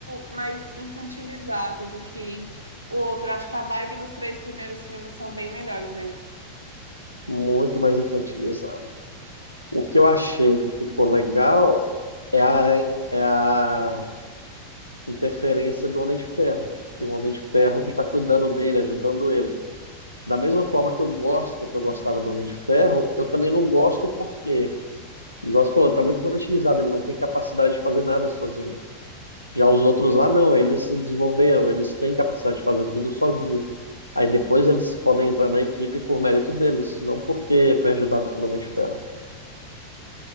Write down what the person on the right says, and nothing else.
mais infantilizado do que o outro. Acho que a vibe dos três primeiros filmes são bem melhores mesmo.